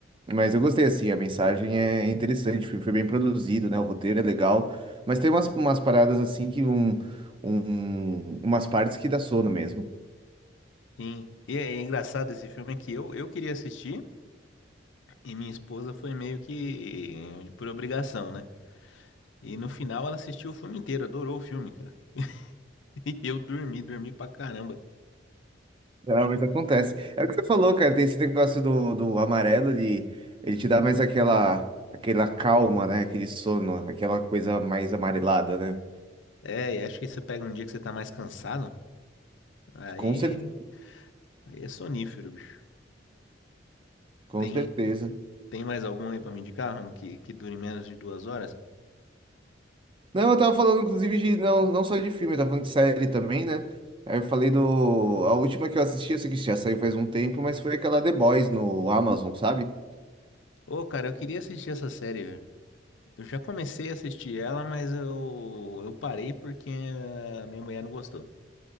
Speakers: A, on the right; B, on the left.
A: Mas eu gostei, assim, a mensagem é interessante, o filme foi bem produzido, né? O roteiro é legal. Mas tem umas, umas paradas assim que um, um, umas partes que dá sono mesmo.
B: Sim. E é é engraçado esse filme é que eu, eu queria assistir e minha esposa foi meio que por obrigação, né? E no final ela assistiu o filme inteiro, adorou o filme, cara. <laughs> E eu dormi, dormi pra caramba.
A: Não, mas acontece. É o que você falou, cara. Tem esse negócio do, do amarelo, ele, ele te dá mais aquela, aquela calma, né? Aquele sono, aquela coisa mais amarelada, né?
B: É, e acho que você pega um dia que você tá mais cansado, aí
A: Com certeza,
B: Aí é sonífero, bicho.
A: com
B: Tem,
A: certeza.
B: tem mais algum aí pra me indicar, Ron, que, que dure menos de duas horas?
A: Não, eu tava falando, inclusive, de não, não só de filme, eu tava falando de série também, né? Aí eu falei do. A última que eu assisti, eu sei que já saiu faz um tempo, mas foi aquela The Boys no Amazon, sabe?
B: Ô, cara, eu queria assistir essa série, velho. Eu já comecei a assistir ela, mas eu, eu parei porque a minha mulher não gostou.